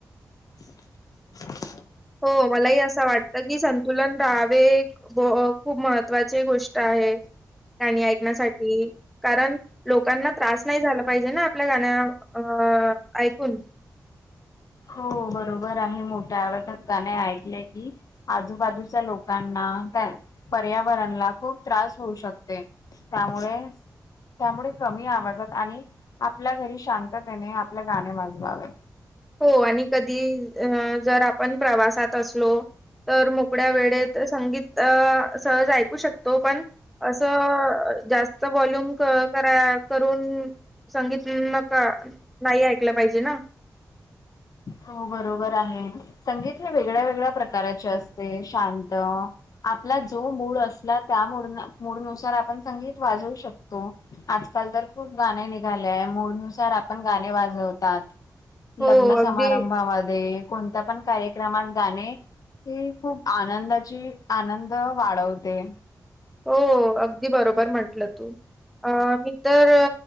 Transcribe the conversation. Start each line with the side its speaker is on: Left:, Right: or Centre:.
Left: चच
Centre: हो मलाही असं वाटतं की संतुलन राहावे व खूप महत्त्वाचे गोष्ट आहे. गाणी ऐकण्यासाठी कारण लोकांना त्रास नाही झाला पाहिजे ना आपल्या गाण्या अ ऐकून
Left: हो बरोबर आहे मोठ्या आवाजात गाणे ऐकले की आजूबाजूच्या लोकांना हा काय पर्यावरणला खूप त्रास होऊ शकतोय त्यामुळे त्यामुळे कमी आवाजात आणि आपल्या घरी शांततेने आपले गाणे वाजवावे.
Centre: हो आणि कधी अ जर आपण प्रवासात असलो तर मोकड्या वेळेत संगीत सहज ऐकू शकतो पण असं जास्त वॉल्यूम क करा करून संगीत नका नाइ ऐकलं त पाहिजे ना.
Left: हो बरोबर आहे संगीत हे वेगळ्या वेगळ्या प्रकाराचे असते शांत आपला जो मूड असला त्या मूड मूडनुसार आपण संगीत वाजवू शकतो, आज काल तर खूप गाणे निघालेय मूडनुसार आपण गाणे वाजवतात. लग्न
Centre: हो अगदी
Left: समारंभामध्ये कोणता पण कार्य रमात गाणे हे खूप आनंदाची आनंद वाढवते.
Centre: हो अगदी बरोबर म्हटलं तू अ मी तर